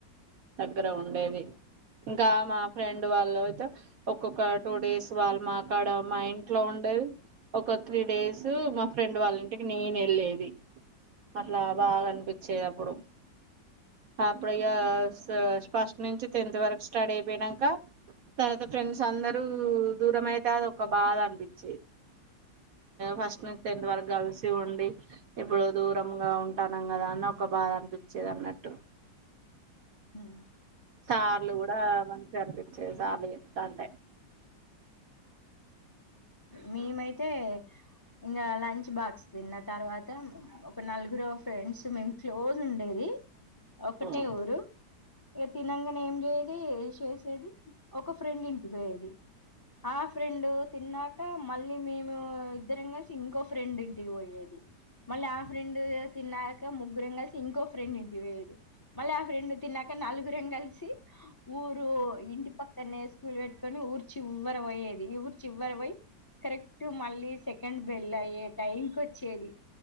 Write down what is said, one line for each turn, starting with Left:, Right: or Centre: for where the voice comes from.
Right: దగ్గర ఉండేది. ఇంకా మా ఫ్రెండ్ వాళ్ళు అయితే ఒక్కొక్క టూ డేస్ వాళ్ళు మాకాడ మా ఇం అట్ల ఉండేది ఒక త్రీ డేస్ మా ఫ్రెండ్ వాళ్ళ ఇంటికి నేను వెళ్ళేది అలా బాగ అనిపించేది అప్పుడు అప్పుడు ఇగ ఫస్ట్ నుంచి టెన్త్ వరకు స్టడీ అయిపోయినంక తర్వాత ఫ్రెండ్స్ అందరూ దూరం అయితే అది ఒక బాధ అనిపించేది ఫస్ట్ నుంచి టెన్త్ వరకు కలిసి ఉండి ఇప్పుడు దూరం దూరంగా ఉంటానం కదా అని ఒక బాధ అనిపించేది అన్నట్టు
Left: హ
Right: సార్లు కూడా మంచిగ అనిపి సార్లు చెప్తా ఉంటే
Left: మేమైతే ఇంగ లంచ్ బాక్స్ తిన్న తర్వాత ఒక నలుగురు ఫ్రెండ్స్ మేము క్లోజ్ ఉండేది ఒకటే
Right: ఉమ్,
Left: ఊరు ఇక తినంగానే ఏం చేయేది చేసేది ఒక ఫ్రెండ్ ఇంటికి పోయేది ఆ ఫ్రెండ్ తిన్నాక మళ్ళీ మేము ఇద్దరం కలిసి ఇంగో ఫ్రెండ్ ఇంటికి పోయేది మళ్ళీ ఆ ఫ్రెండ్ తిన్నాక ముగ్గురం కలిసి ఇంకో ఫ్రెండ్ ఇంటి పోయేది మళ్ళీ ఆ ఫ్రెండ్ తిన్నాక నలుగురం కలిసి ఊరు ఇంటి పక్కనే స్కూల్ పెట్టుకొని ఊరు చివర పోయేది ఎవరు చివరి పోయి కరెక్ట్ మళ్ళీ సెకండ్ బెళ్ అయ్యే టైంకి వచ్చేది